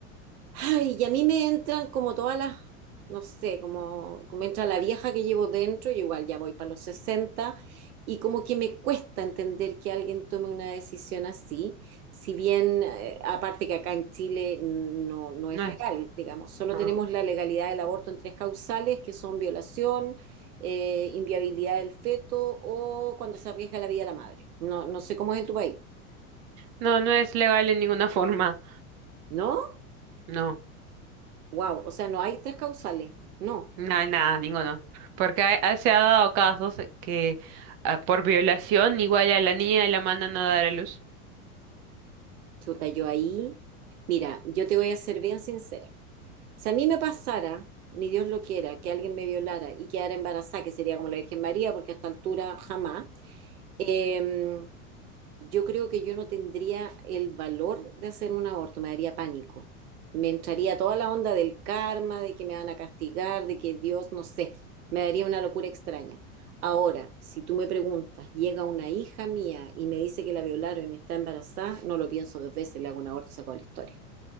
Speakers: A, on the right; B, on the right.
A: Ay, y a mí me entran como todas las, no sé, como, como entra la vieja que llevo dentro, yo igual ya voy para los 60 y como que me cuesta entender que alguien tome una decisión así, si bien, eh, aparte que acá en Chile no, no es
B: no
A: legal,
B: es,
A: digamos, solo
B: no,
A: tenemos la legalidad del aborto en tres causales, que son violación, eh, inviabilidad del feto o cuando se arriesga la vida de la madre. No, no sé cómo es en tu país,
B: no, no es legal en ninguna forma,
A: ¿no?
B: no.
A: Wow, o sea, no hay tres causales, no.
B: No, nada, ninguno. Porque ha- ha- se ha dado casos que ah, por violación igual a la niña la mandan a dar a luz.
A: Chuta, yo ahí, mira, yo te voy a ser bien sincera. Si a mí me pasara, ni Dios lo quiera, que alguien me violara y quedara embarazada, que sería como la Virgen María, porque a esta altura jamás, eh, yo creo que yo no tendría el valor de hacer un aborto, me daría pánico. Me entraría toda la onda del karma, de que me van a castigar, de que Dios, no sé, me daría una locura extraña. Ahora, si tú me preguntas, llega una hija mía y me dice que la violaron y está embarazada, no lo pienso dos veces, le hago un aborto y saco la historia.